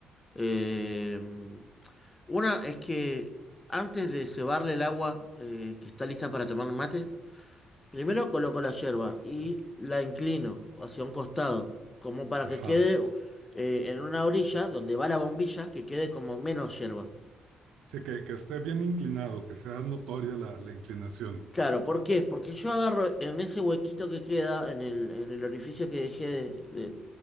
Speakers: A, on the left; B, on the right.
A: Eh, una es que antes de cebarle el agua eh, que está lista para tomar mate, Primero coloco la yerba y la inclino hacia un costado, como para que
B: Ajá.
A: quede eh, en una orilla donde va la bombilla, que quede como menos yerba.
B: Sí, que, que esté bien inclinado, que sea notoria la, la inclinación.
A: Claro, ¿por qué? Porque yo agarro en ese huequito que queda, en el, en el orificio que dejé de, de-